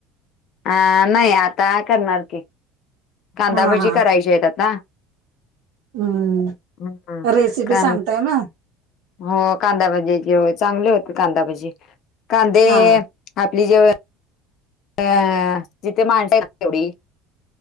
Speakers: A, on the left; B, on the right.
A: अ नाही आता करणार की, कांदाभजी
B: हा हा
A: करायच्यात आता.
B: हम्म
A: हम्म,
B: रेसिपी
A: का
B: सांगताय मग?
A: हो कांदाभजी चे हो, चांगले होते कांदा भाजी. कांदे
B: हा
A: आपली जेवन अ, जिथे माणताय तेवढी